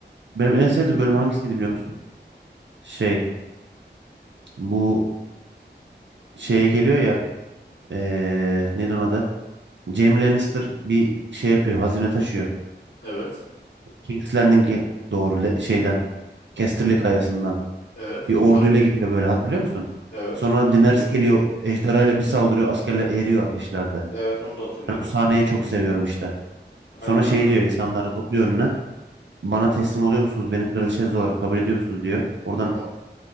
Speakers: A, on the right; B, on the left.
A: Benim
B: Çok
A: en sevdiğim
B: sinir bozucu.
A: bölüm hangisiydi biliyor musun? Şey bu şeye geliyor ya e, neydi ona da? Jaime Lannister bir şey yapıyor. Hazine taşıyor.
B: Evet.
A: King's Landing'e doğru le- şeyden Casterly kayasından.
B: Evet.
A: Bir
B: Sarı,
A: orduyla gidiyor böyle hatırlıyor musun?
B: Evet,
A: Sonra
B: hatırlıyorum.
A: Daenerys geliyor ejderhayla bir saldırıyor askerler eriyor ateşlerde.
B: Evet, onu da hatırlıyorum.
A: Ben o sahneyi çok seviyorum işte.
B: Aynen
A: Sonra şey
B: aynen.
A: diyor insanları topluyor önüne. Bana teslim oluyor musunuz? Beni kraliçeniz olarak kabul ediyor musunuz diyor. Oradan
B: O